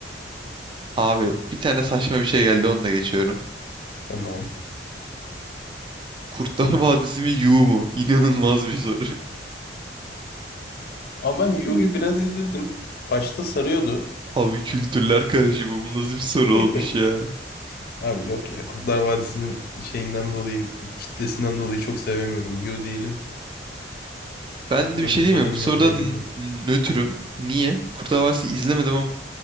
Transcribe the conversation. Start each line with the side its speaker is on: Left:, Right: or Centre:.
Right: Abi bir tane saçma bir şey geldi onu da geçiyorum.
Left: Tamam.
Right: Kurtlar <laughs> Vadisi mi Yu mu? İnanılmaz bir soru.
Left: Ama ben Yu'yu
Right: Hmm.
Left: biraz izledim. Başta sarıyordu.
Right: Abi kültürler karışımı bu nasıl bir soru
Left: <laughs>
Right: olmuş ya.
Left: Abi yok ya Kurtlar Vadisi'nin şeyinden dolayı, kitlesinden dolayı çok sevemiyorum. Yu diyelim.
Right: Ben
Left: Zaten
Right: de bir şey
Left: babaların
Right: diyeyim mi? Bu soruda
Left: yanında elinde.
Right: n- nötrüm. Niye? Kurtlar Vadisi izlemedim ama